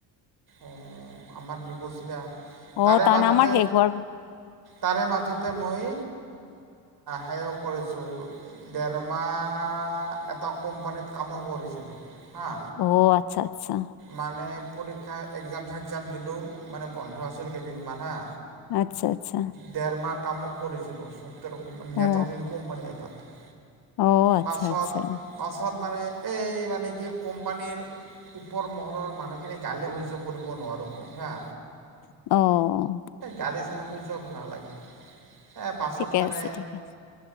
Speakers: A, on the right; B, on the left.
A: অ', আমাৰ দুবছৰীয়া,
B: অ
A: তাৰে
B: তাৰমানে
A: মাজতে
B: আমাৰ শেষ হোৱাৰ
A: তাৰে মাজতে মই হেৰি অ কৰিছোঁ। ডেৰমাহ, এটা কোম্পানীত কামো কৰিছিলোঁ হা।
B: অ', আচ্ছা আচ্ছা।
A: মানে, পৰীক্ষা একজাম চেকজাম দিলোঁ, মানে বন্ধ আছিল কেইদিনমান হা।
B: আচ্ছা, আচ্ছা।
A: ডেৰমাহ কামো কৰিছিলোঁ, ছফ্টৱেৰ নেটৱৰ্কিং
B: অ
A: কোম্পানী এটাত।
B: অ', আচ্ছা
A: পাছত
B: আচ্ছা।
A: পাছত মানে, এই মানে কি কোম্পানীৰ ওপৰ মহলৰ মানুহখিনি গালি সহ্য কৰিব নোৱাৰোঁ মই হা।
B: অহ।
A: গাড়ী চালে সহ্য নালাগে এ বাছত
B: ঠিকে
A: মানে
B: আছে ঠিকে আছে